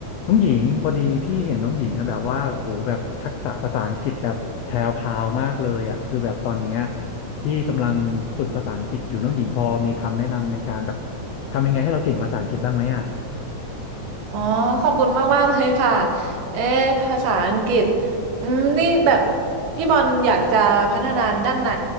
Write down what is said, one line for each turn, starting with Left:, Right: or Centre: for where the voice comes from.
Left: น้องหญิงพอดีพี่เห็นน้องหญิงอะแบบว่าโอ้โหแบบทักษะภาษาอังกฤษแบบแพรวพราวมากเลยอะคือแบบตอนเนี้ยพี่กำลังฝึกภาษาอังกฤษอยู่น้องหญิงพอมีคำแนะนำในการแบบทำยังไงให้เราเก่งภาษาอังกฤษบ้างไหมอะ
Right: อ๋อขอบคุณมากมากเลยค่ะเอ๊ะภาษาอังกฤษอืมนี่แบบพี่บอลอยากจะพัฒนาด้านไหน